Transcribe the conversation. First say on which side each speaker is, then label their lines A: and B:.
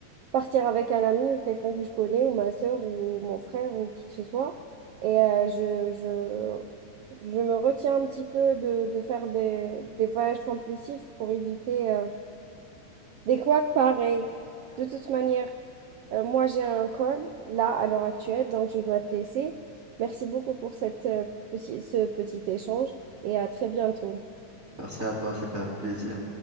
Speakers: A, on the right (about 85°); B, on the right (about 25°).
A: partir avec un ami ou quelqu'un que je connais, ou ma soeur, ou mon frère, ou qui que ce soit. Et euh, je, je, je me retiens un petit peu de, de faire des, des voyages compulsifs pour éviter euh, des couacs pareils. De toute manière, Euh, moi, j'ai un call là à l'heure actuelle, donc je dois te laisser. Merci beaucoup pour cette, euh, petit- ce petit échange et à très bientôt.
B: Merci à toi, c'était un plaisir.